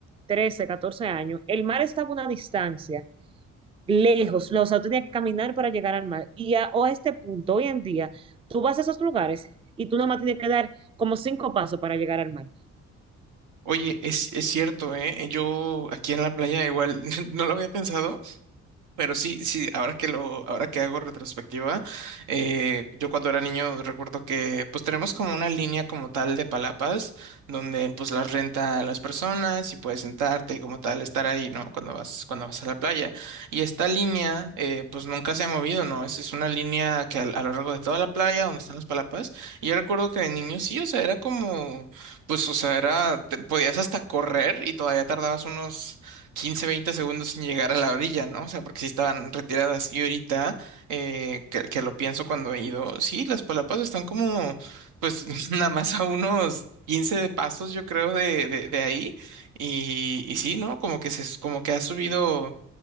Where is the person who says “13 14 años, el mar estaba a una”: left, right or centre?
Right